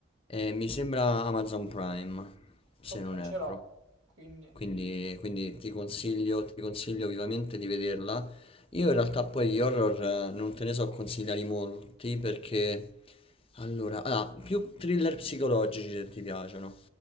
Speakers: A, on the left; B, on the right.
A: Eh, mi sembra Amazon Prime, se
B: Okay,
A: non erro.
B: ce l'ho. Quindi
A: Quindi, quindi ti consiglio, ti consiglio vivamente di vederla. Io in realtà poi gli horror eh, non te ne so consigliare molti perché... Allora, ah, più thriller psicologici se ti piacciono,